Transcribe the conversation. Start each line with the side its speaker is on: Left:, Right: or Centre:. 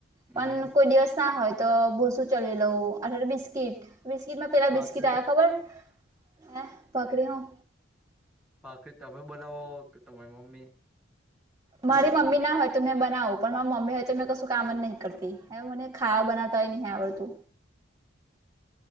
Centre: હમ
Right: પણ કોઈ દિવસ ના હોય તો ભોસુ ચલી લઉં અઠ બિસ્કીટ. બિસ્કીટમાં પેલા
Centre: ભાખરી
Right: બિસ્કીટ આવ ખબર હ ભકરી હું.
Centre: પાખડી તમે બનાવો કે તમારી મમ્મી
Right: મારી મમ્મી ના હોય તો મેં બનાવું પણ મારી મમ્મી હોય તો મેં કશું કામ જ નહીં કરતી. હ મને ખાવા બનાવતા નહી આવડતુ